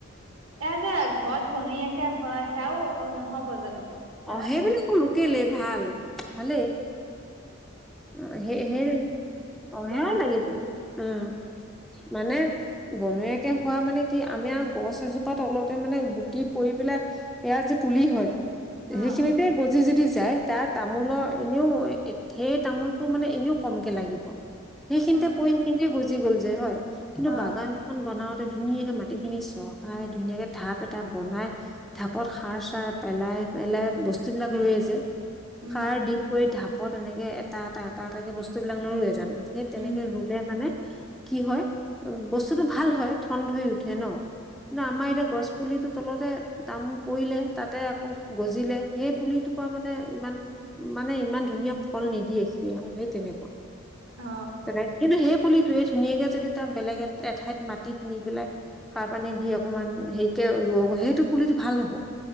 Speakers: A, on the right (about 70°); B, in the centre.
A: এ যে ঘৰত বনাকে হয় সেয়াও নহব জানো! সেয়া
B: অ' সেইবিলাক কো লোকলে ভাল। ভালেই
A: হয়।
B: অ' সেই সেই অ সেয়াই
A: হোৱা
B: লাগিব
A: খিনি
B: উম মানে বনয়াকে হোৱা মানে কি আমি আৰু গছ এজোপাত তলতে মানে গুটি পৰি পেলাই এয়া যে পুলি হয়
A: অ
B: সেইখিনিতে গজি যদি যায় তাৰ তামোলৰ এনেও সেই তামোলটো মানে এনেও কমকে লাগিব সেইখিনিতে
A: অ
B: প সেইখিনিতে গুজি গ'ল যে হয় কিন্তু
A: অ অ
B: বাগান এখন বনাওতে ধুনীয়াকে মাটিখিনি চহাই ধুনীয়াকে ঢাপ এটা বনাই ঢাপত সাৰ চাৰ পেলাই পেলাই বস্তুবিলাক ৰৈ যে
A: উম
B: সাৰ দি কৰি ঢাপত এনেকে এটা এটা এটা এটাকে বস্তু বিলাক নোৰোৱে জানো সেই তেনেকে
A: উম
B: ৰুলে মানে কি হয় উ বস্তুতটো ভাল হয় ঠন হৈ উঠে ন কিন্তু
A: উম
B: আমাৰ এতিয়া গছ পুলিতো তলতে দাম পৰিলে তাতে আকৌ গজিলে সেই পুলিটোৰ পৰা মানে ইমান মানে ইমান ধুনীয়া ফল নিদিয়ে সি আৰু সেই তেনেকুৱা
A: অ
B: তে কিন্তু সেই পুলিটোৱে ধুনীয়াকে যদি তাৰ বেলেগ এ এঠাইত মাটিত নি পেলাই সাৰ পানী দি অকণমান হেৰিকে ৰৱ সেইটো পুলিটো ভাল হ'ব